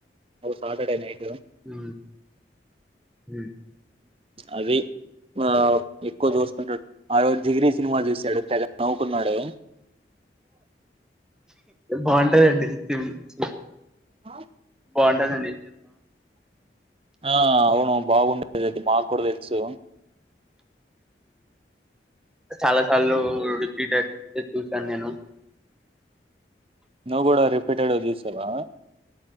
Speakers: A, on the right; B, in the centre.
A: Saturday night
B: ఆ అ
A: అది ఆ ఎక్కువ చూస్తుంటాడు ఆ రోజు జిగిిని సినిమా చూశాడు తెగ నవ్వుకున్నాడే
B: బాగుంటాదండి తిం స
A: హ
B: బాగుంటదండి
A: ఆ అవును బాగుండేది అది మాకు కూడా తెలుసు
B: చాలాసార్లు రిపీట్ చూసాను నేను
A: నువ్ కూడా రిపీటెడ్ దసవా